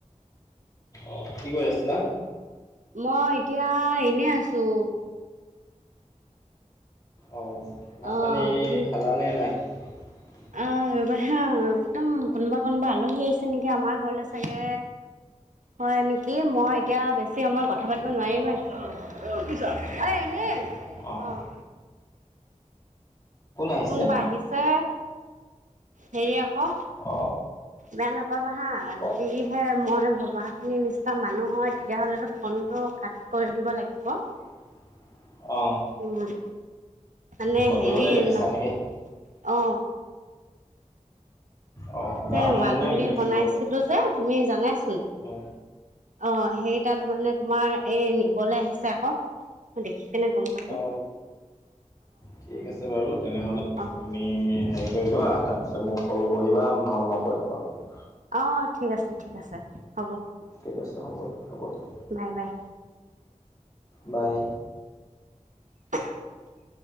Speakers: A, on the left (about 25°); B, on the right (about 75°).
A: অ কি কৰি আছিলা?
B: মই এতিয়া এনে আছোঁ।
A: অ মাছ
B: অ'
A: পানী
B: তুমি
A: খালা নে নাই? <inaudible>
B: অ' ৰবা হাঁ একদম কোনোবা -কোনোবা আলহী আহিছে নেকি আমাৰ ঘৰলে চাগে হয় নেকি মই এতিয়া বেছি সময়ত কথা পাতিব নোৱাৰিমে, অ' এনেই
A: অহঁ!
B: অ'
A: আহিছে
B: কোনবা আহিছে হেৰি আকৌ
A: অ
B: বেয়া নাপাবা হা
A: ক'ত
B: যদিহে মই ভবা খিনিৰ নিচিনা মানুহ হয় তেতিয়া হ'লে টো ফ'নটো কাট কৰি দিব লাগিব
A: <inaudible> অ
B: উম! মানে
A: ক'ত
B: হেৰি
A: দূৰতে দেখিছা
B: ম
A: নেকি
B: অ!
A: অ
B: সে
A: গাঁৱৰ মানুহ
B: মাদুলী
A: নে বেলেগ
B: বনাইছিলো
A: দূৰৰ
B: যে তুমি জানাইচোন।
A: অ
B: অ সেইকটাত মানে তোমাৰ এই নিবলৈ আহিছে আকৌ মই দেখি কেনে গম পালো
A: অ অ ঠিক আছে বাৰু তেনেহলে
B: অঁ
A: তুমি হেৰি কৰি লোৱা তাৰপিছত মোক সৰু কৰিবা নহ'লে মই কৰিম‌ বাৰু
B: অঁ ঠিক আছে ঠিক আছে হ'ব।
A: ঠিক আছে হ'ব, হ'ব দিয়।
B: Bye bye
A: bye.
B: <inaudible>